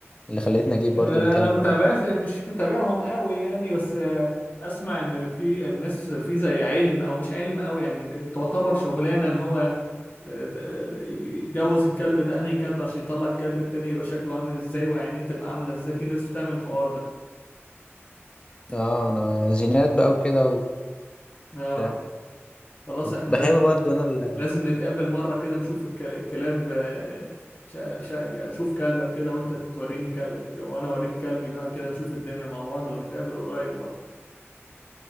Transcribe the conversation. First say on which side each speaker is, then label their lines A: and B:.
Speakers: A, on the left; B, on the left.
A: اللي خلتني اجيب
B: آه،
A: برضو الكلب
B: انا متابعت مش متابعهم قوي يعني بس آه، اسمع ان في الناس في زي علم او مش علم قوي يعني تعتبر شغلانه ان هو آه، د- آه، يجوز الكلب ده انهي كلب عشان يطلع الكلب التاني يبقى شكله عامل ازاي وعينيه تبقى عامله ازاي في ناس بتعمل الحوار ده
A: اه انا جينات بقى وكده
B: اه
A: وبتاع
B: خلاص احنا
A: بحب
B: لازم
A: برضو انا ال...
B: لازم نتقابل مره كده نشوف الك- الكلاب آه، شا- شا- اشوف كلبك كده وانت توريني كلبك وانا اوريك كلبي بقى كده نشوف الدنيا مع بعض ونتقابل قريب بقى